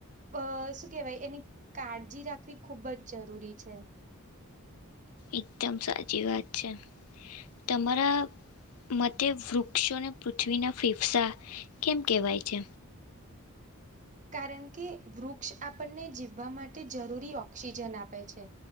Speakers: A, on the right; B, on the left.
A: અ શું કેવાય એની કાળજી રાખવી ખુબ જ જરૂરી છે.
B: એકદમ સાચી વાત છે, તમારા મતે વૃક્ષોને પૃથ્વીના ફેફસા કેમ કહેવાય છે?
A: કારણ કે વૃક્ષ આપણને જીવવા માટે જરૂરી ઓક્સિજન આપે છે.